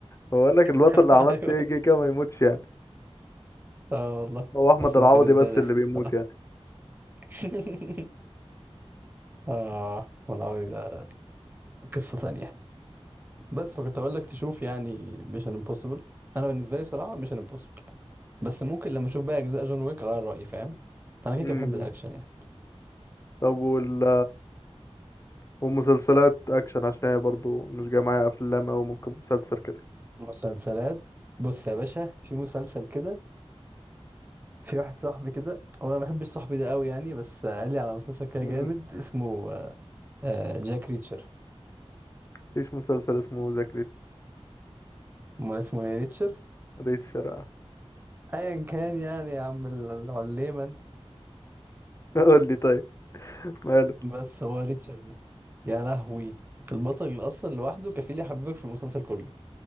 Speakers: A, on the left; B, on the right.
A: بقول لك البطل
B: <laughs>
A: اللي عملت
B: ايوه
A: ايه كده كده ما يموتش يعني
B: اه والله
A: هو احمد
B: فاست
A: العوضي
B: اند فيوريوس ده
A: بس
B: ضحك
A: اللي بيموت
B: الصراحه
A: يعني
B: <laughs> اه والله ده قصه تانية بس فكنت اقول لك تشوف يعني ميشن امبوسيبل انا بالنسبه لي بصراحه ميشن امبوسيبل بس ممكن لما اشوف بقى اجزاء جون ويك اغير رايي فاهم فانا كده
A: امم
B: كده بحب الاكشن يعني
A: طب وال ومسلسلات اكشن عشان هي برضو مش جايه معايا افلام او ممكن مسلسل كده
B: فمسلسلات بص يا باشا في مسلسل كده في واحد صاحبي كده هو انا ما بحبش صاحبي ده قوي يعني بس قال لي على مسلسل كده
A: مم.
B: جامد اسمه آه، آه، جاك ريتشر
A: مفيش مسلسل اسمه ذا
B: امال اسمه ايه ريتشر
A: ريتشر اه
B: ايا كان يعني يا عم العليمه انت
A: <laughs> قول لي طيب ماله
B: بس هو ريتشر ده يا لهوي البطل اصلا لوحده كفيل يحببك في المسلسل كله